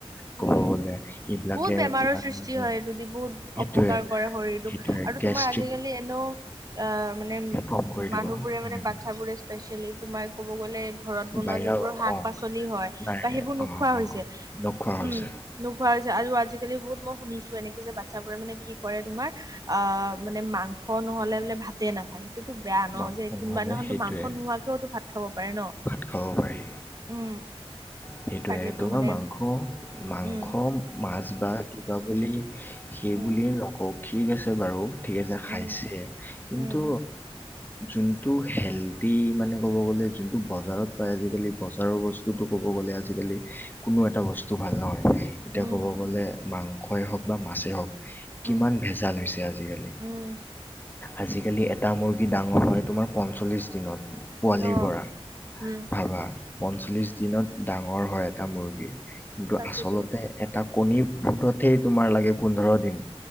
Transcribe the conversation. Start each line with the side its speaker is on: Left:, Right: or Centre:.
Left: ক'ব
Right: উম
Left: গ'লে এইবিলাকে
Right: বহুত বেমাৰৰ
Left: লগা
Right: সৃষ্টি
Left: লগে
Right: হয় এইটোদি বহুত
Left: সেইটোৱে
Right: অপকাৰ কৰে শৰীৰটোক
Left: সেইটোৱে
Right: আৰু
Left: গেষ্ট্ৰিক
Right: তোমাৰ আজিকালি এনেও অ মানে উ
Left: ফৰ্ম কৰি দিব
Right: মানুহ
Left: এনেকুৱা
Right: বোৰে মানে বাচ্ছু বোৰে স্পেচিয়েলি তোমাৰ কব গলে ঘৰত বনোৱা
Left: বাহিৰা
Right: যোনবোৰ শাক
Left: অ
Right: পাচলি হয়
Left: নাই
Right: বা সেইবোৰ
Left: অ
Right: নোখোৱা
Left: অ
Right: হৈছে
Left: অ নোখোৱা হৈছে
Right: উম নোখোৱা হৈছে আও আজিকালি বহুত মই শুনিছো এনেকে যে বাচ্ছাবোৰে মানে কি কৰে তোমাৰ আ মানে মাংস নহ'লে বোলে ভাত তে নাখায়। সেইটোতো বেয়া ন,
Left: মাংস
Right: যে
Left: নহ'লে
Right: কোনোবাদিনাখনতো
Left: সেইটোৱে
Right: মাংস নোহোৱাকো ভাত খাব পাৰে ন।
Left: ভাত খাব পাৰি,
Right: উম
Left: সেইটোৱে
Right: তাকেতো
Left: তোমাৰ
Right: মানে
Left: মাং মাংস,
Right: উম
Left: মাছ বা কিবা বুলি সেই
Right: উম
Left: বুলি নক কৌক ঠিক আছে বাৰু, ঠিক আছে খাইছে
Right: উম
Left: কিন্তু
Right: উম উম
Left: যোনটো হেলডি মানে ক'ব গ'লে যোনটো বজাৰত পায় আজিকালি বজাৰৰ বস্ত তোতো ক'ব গ'লে আজিকালি কোনো এটা বস্তু ভাল নহয়। এতিয়া
Right: উম
Left: ক'ব গ'লে মাংসই হওক বা মাছেই হওক কিমান
Right: উম,
Left: ভেজাল হৈছে আজিকালি।
Right: উম,
Left: আজিকালি এটা মুৰ্গী ডাঙৰ হয় তোমাৰ পঞ্চল্লিছ দিনত। পোৱালিৰ
Right: অ',
Left: পৰা
Right: উম,
Left: ভাবা, পঞ্চল্লিছ দিনত ডাঙৰ হয় এটা মুৰ্গী। কিন্তু
Right: তাকেতো
Left: আচলতে এটা কণী ফুটতেই তোমাৰ লাগে পোন্ধৰ দিন।